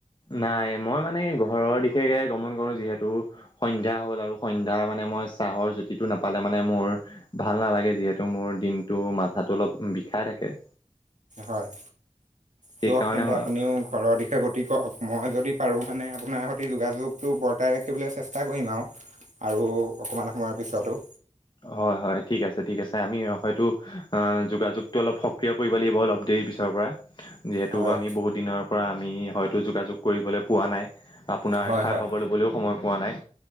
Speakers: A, on the left (about 40°); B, on the right (about 80°).
A: নাই মই মানে ঘৰৰ দিশে গমন কৰো যিহেতু সন্ধ্যা হ'ল আৰু সন্ধ্যা মানে মই চাহৰ জুতিটো নাপালে মানে মোৰ ভাল নালাগে। যিহেতু মোৰ দিনটো মাথাটো অলপ বিষাই থাকে।
B: হয়।
A: সেইকাৰণে
B: চুৱক তেন্তে আপুনিও ঘৰৰ দিশে শে গতি কৰক। মই যদি পাৰোঁ মানে আপোনাৰ সতি যোগাযোগটো বৰ্তাই ৰাখিবলে চেষ্টা কৰিম আও। আৰু অকমান সময়ৰ পিছতো।
A: হয় হয় ঠিক আছে ঠিক আছে। আমি হয়তো অ যোগাযোগটো অলপ সক্ৰিয় কৰিব লাগিব অলপ দে দেই পিছৰ পৰা। যিহেতু
B: হয়
A: আমি বহুত দিনৰ পৰা আমি হয়তো যোগাযোগ কৰিবলে পোৱা নাই। আপোনাৰ
B: হয়
A: খা
B: হয়
A: খবৰ ল'বলও সময় পোৱা নাই।